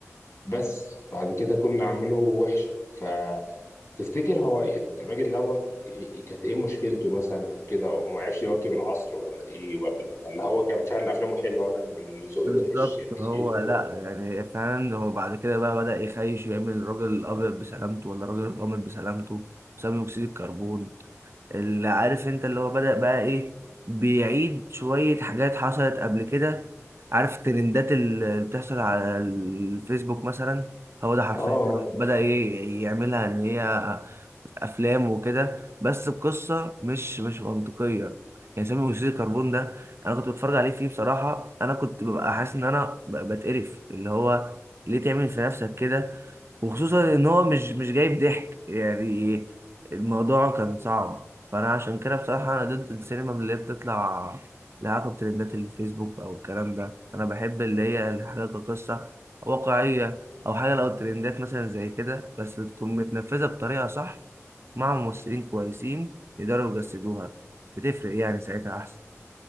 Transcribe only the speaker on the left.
بس بعد كده كل أعماله وحشة فتفتكر هو يعني الراجل دوت إيه- كانت إيه مشكلته مثلا أو كده وما عرفش يواكب العصر ولا إيه ولا ولا هو كان فعلا أفلامه حلوة وأنا اللي ذوقي
وحش يعني
إيه اللي أنا فاكره؟
آه